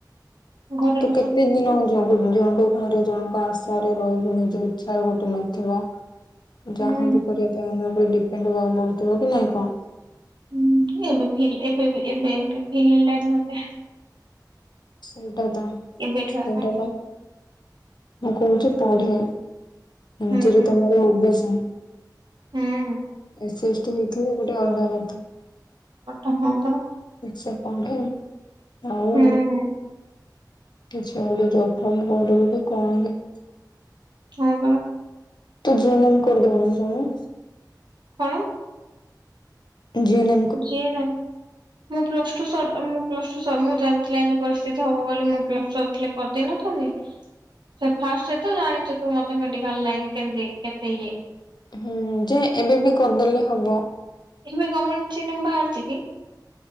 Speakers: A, on the right (about 85°); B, on the left (about 75°).
A: ଘର
B: ତୁ
A: ଲୋକ
B: କେତେ
A: ବି
B: ଦିନ ହଉ ଜଣଙ୍କ ଘରେ ଜଣଙ୍କ ଆଶାରେ ରହିବୁ। ନିଜ ଇଚ୍ଛାରେ ଗୋଟେ ନଥିବ।
A: ହୁଁ
B: ଯାହା ବି କରିବା ପାଇଁ ଅନ୍ୟ ଉପରେ ଡିପେଣ୍ଡ ହବାକୁ ପଡୁଥିବ କି ନାଇଁ କଣ?
A: ହୁଁ ଏବେ ଫିଲ୍ ଏବେ ଏବେ ଏବେ ଫିଲ୍ ହେଲାଣି ମତେ।
B: ସେଇଟା ତ
A: ଏବେଠୁ
B: ସେଇଟା
A: ଏକା
B: ପାଇଁ। ମୁଁ କହୁଛି ପଢ଼େ ଏମିତିରେ
A: ହୁଁ।
B: ତମର ଓ ବି ସି,
A: ହୁଁ
B: ଏ ସି ଏସ୍ଟି ହେଇଥିଲେ। ଗୋଟେ ଅଲଗା <inaudible>
A: <inaudible> ହନ୍ତା।
B: ଠିକସେ ପଢେ ଆଉ।
A: ହୁଁ
B: କିଛି ଗୋଟେ ଜବ ଫବ କରିବୁ କଣ କି
A: ହଁ ପରା।
B: ତୁ ଯଏନିଙ୍ଗୀ କରିଦବୁନି ମୋସାଙ୍ଗେ।
A: କଣ?
B: ଜି ନ
A: ଯିଏ ନାଇଁ ମୁଁ ପ୍ଲସ ଟୁ ସ ମୁଁ ପ୍ଲସ ଟୁ ସବ ମୁଁ ଜାଣିି ଏମିତି ପରିସ୍ଥିତି ହବ ବୋଲି ମୁଁ ପ୍ଲସ ଟୁ ସରିଥିଲେ କରିଦେଇ ନଥାନ୍ତି। ସେ ଫାଷ୍ଟେ ତ ଜାଣିଚୁ ତୁ ମତେ ମେଡିକାଲ୍ ଲାଇନି କେମିତି କେତେ ଇଏ।
B: ହୁଁ ଯେ ଏବେ ବି କରିଦେଲେ ହବ।
A: ଏବେ ଗମେଣ୍ଟ୍ ଚିନିମ୍ ବାହାରିଚ଼ି କି?